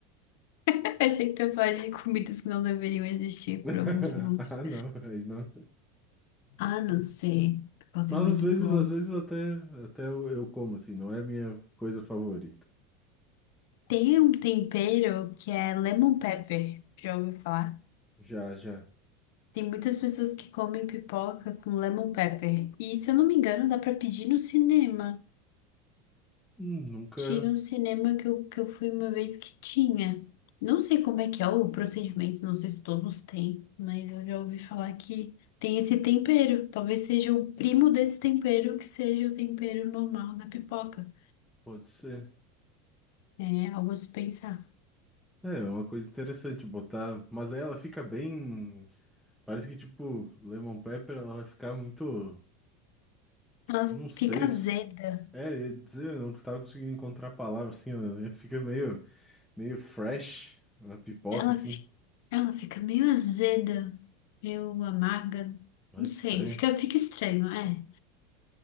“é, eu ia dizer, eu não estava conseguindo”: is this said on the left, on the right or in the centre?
Centre